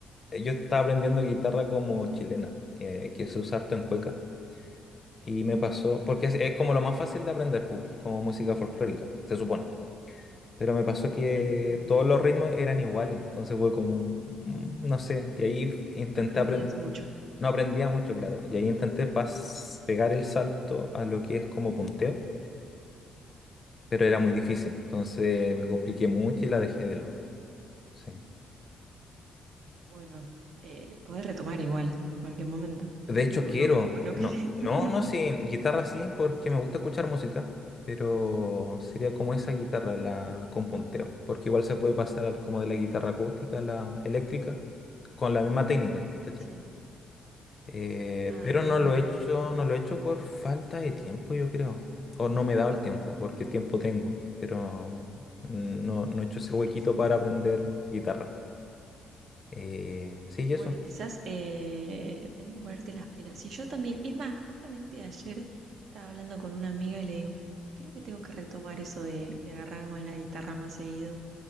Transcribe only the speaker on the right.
Ah,
sí, es verdad.
No aprendías
mucho.
Sí.
Bueno, eh, Pe- retomar igual en cualquier momento.
O
no, o no
quieres <laughs>
Sí.
Ah,
es
buena.
<laughs>
Bueno,
quizás eh, tenés que ponerte las pilas. Y yo también, es más, justamente ayer estaba hablando con una amiga y le digo, creo, creo que tengo que retomar eso de, de agarrar más la guitarra más seguido,